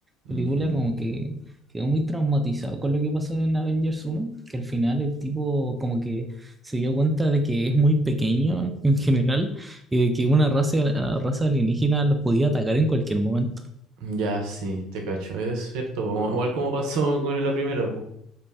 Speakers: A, on the right; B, on the right.
A: película,
B: Ujú.
A: como que quedó muy traumatizado con lo que pasó en Avengers uno que al final el tipo como que se dio cuenta de que es muy pequeño en general y de que una raza, a- raza alienígena los podía atacar en cualquier momento.
B: Ya, sí, te cacho, es cierto, po, como- igual como pasó con la primera, pues,